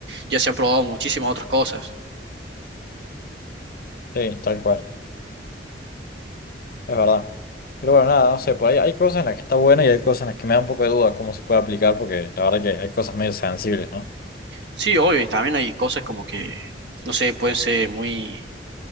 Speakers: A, on the right; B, on the left.
A: ya se han probado muchísimas otras cosas.
B: sí, tal cual, es verdad. Pero bueno, nada, no sé, por ahí hay cosas en las que está bueno y hay cosas en las que me da un poco de duda cómo se puede aplicar, porque la verdad que hay cosas medio sensibles, ¿no?
A: Sí, obvio, y también hay cosas como que, no sé, pueden ser muy